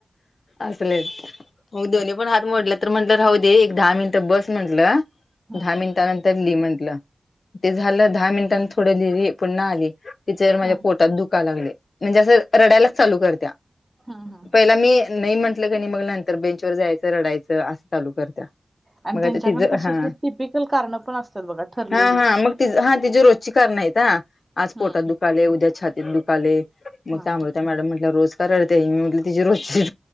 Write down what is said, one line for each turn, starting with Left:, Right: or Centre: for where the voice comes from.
Left: असलेच. मग दोन्ही पण हात मोडल्या तर म्हटलं राऊदे एक दहा मिनिटं बस म्हंटलं.
Right: हा
Left: दहा मिनिटानंतर लि म्हंटलं ते झालं. दहा मिनिटान थोडं लिहिली पुन्हा आली. टीचर माझ्या
Right: हा
Left: पोटात दुखा लागलय म्हणजे असं रडायलाच चालू करत्या.
Right: हम्म हम्म.
Left: पहिला मी नाही म्हटलं कणी नाही मग नंतर बेंचवर जायचं रडायचं असं चालू करत्या.
Right: आणि
Left: मग
Right: त्यांच्याकडे
Left: आता तिज
Right: तसे
Left: हा
Right: ते टिपिकल कारणं पण असतात बघा ठरलेली.
Left: हा हा. मग ति हा तिची रोजची कारण हायत हं. आज
Right: हं,
Left: पोटात दुखालय, उद्या छातीत दुखालय. मग
Right: हां,
Left: त्या अमृता मॅडम म्हटल्या रोज का रडत्या ही मी म्हटलं तिचे रोजची